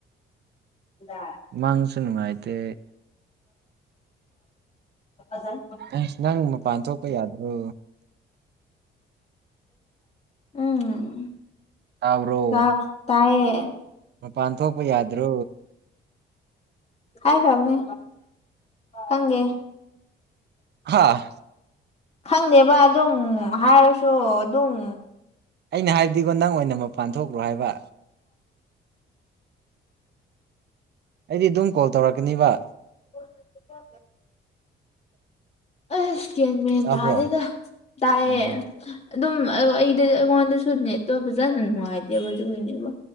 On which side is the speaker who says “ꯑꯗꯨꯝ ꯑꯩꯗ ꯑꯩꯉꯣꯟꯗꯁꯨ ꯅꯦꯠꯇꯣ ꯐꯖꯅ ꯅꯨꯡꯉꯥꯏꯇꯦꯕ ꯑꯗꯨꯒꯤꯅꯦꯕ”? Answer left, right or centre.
Left